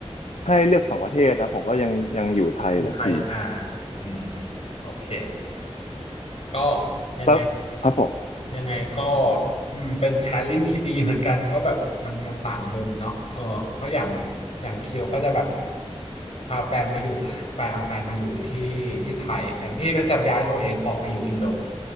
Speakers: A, on the left (about 80°); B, on the left (about 65°).
A: ให้เลือกสองประเทศนะผมก็ยังยังอยู่ไทยแหละพี่
B: อยู่ไทยอ่าอืมอืมโอเคก็ยังไง
A: แล้วครับผม
B: ยังไงก็อืมเป็นแชร์ลิงที่ดีเหมือนกันก็แบบมันมันต่างมุมเนาะเออเพราะอย่างอย่างเคียวก็จะแบบพาแฟนมาอยู่แฟนแฟนมาอยู่ที่ที่ไทยอย่างพี่ก็จะย้ายตัวเองออกไปอยู่อินโด